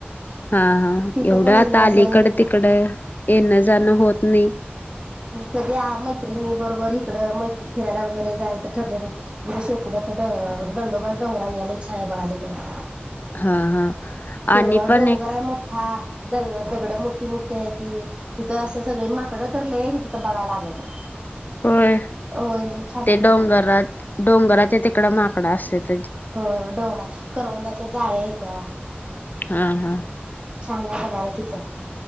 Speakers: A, on the left; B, on the right.
A: हा हा
B: तिथं
A: एवढं
B: पण
A: आता
B: असं
A: आली इकड तिकड येणं जाणं होत नाही
B: कधी मैत्रिणी बरोबर इकडं मै फिरायला वगैरे जायचं ठरलं म्हे शेक दडंडोबा डोंगरावी याला इच छान आहे बघालीकडे
A: हा हा
B: फिर
A: आणि
B: वळ
A: पण
B: डोंगरय
A: एक
B: मोठ्ठा दग दगडं मोठी मोठी आहे त तिथं असं सगळे माकडं तर ल आहे त तिथं बघायला अगं
A: होय
B: होय लय छान आहे
A: ते
B: बघायला
A: डोंगरा डोंगराच्या तिकड माकडा असत
B: हो डोंगरात करवंदाच्या जाळे आहेत त्या्या
A: हा हा
B: छान आहे बघार तिथं